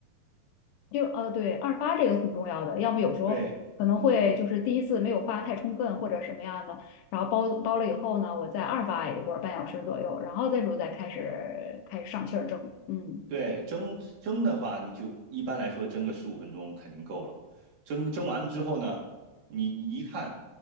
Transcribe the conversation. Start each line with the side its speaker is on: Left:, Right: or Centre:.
Left: 就呃，对，二发这个挺重要的，要么有时候可能会就是第一次没有发太充分或者什么样的，
Right: 对，
Left: 然后包包了以后呢，我再二发一会儿半小时左右，然后这时候再开始开始上气儿蒸。嗯。
Right: 对，蒸蒸的话，你就一般来说蒸个十五分钟肯定够了。蒸蒸完了之后呢，你你一看，